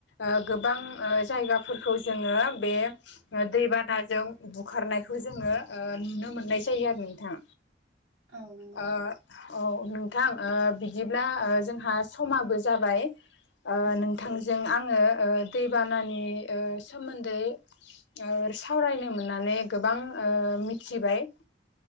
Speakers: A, on the left (about 80°); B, on the right (about 80°).
A: ओ गोबां जायगाफोरखौ जोङो बे ओ दैबानाजों बुखारनायखौ जोङो ओ नुनो मोननाय जायो आरो नोंथां
B: औ नंगौ
A: ओ औ नोंथां ओ बिदिब्ला ओ जोंहा समाबो जाबाय ओ
B: औ
A: नोंथांजों आङो ओ दैबानानि ओ सोमोन्दै ओर सावरायनो मोननानै गोबां ओ मिथिबाय।